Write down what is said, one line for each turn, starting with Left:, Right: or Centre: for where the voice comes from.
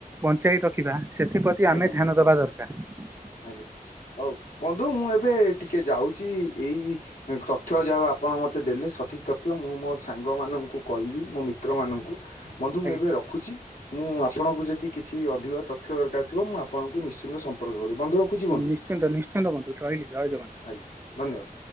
Right: ବଞ୍ଚାଇ ରଖିବା ସେଥିପ୍ରତି
Left: ଆଜ୍ଞା
Right: ଆମେ ଧ୍ୟାନ ଦେବା ଦରକାର।
Left: ଆଜ୍ଞା। ହଉ ବନ୍ଧୁ ମୁଁ ଏବେ ଟିକେ ଯାଉଛି ଏଇ ତଥ୍ୟ ଯାହା ହଉ ଆପଣ ମୋତେ ଦେଲେ, ସଠିକ୍ ତଥ୍ୟ ମୁଁ ମୋ ସାଙ୍ଗମାନଙ୍କୁ କହିବି ମୋ ମିତ୍ରମାନଙ୍କୁ ବନ୍ଧୁ ମୁଁ
Right: ଆଜ୍ଞା
Left: ଏବେ ରଖୁଛି ମୁଁ ଆପଣଙ୍କୁ ଯଦି କିଛି ଅଧିକ ତଥ୍ୟ ଦରକାର ଥିବ, ମୁଁ ଆପଣଙ୍କୁ ନିଶ୍ଚିନ୍ତ ସମ୍ପର୍କ କର ବନ୍ଧୁ ରଖୁଛି ବନ୍ଧୁ।
Right: ନିଶ୍ଚିନ୍ତ ନିଶ୍ଚିନ୍ତ ବନ୍ଧୁ ରହିଲି ଜୟ ଜଗନ୍ନାଥ।
Left: ଆଜ୍ଞା ଧନ୍ୟବାଦ।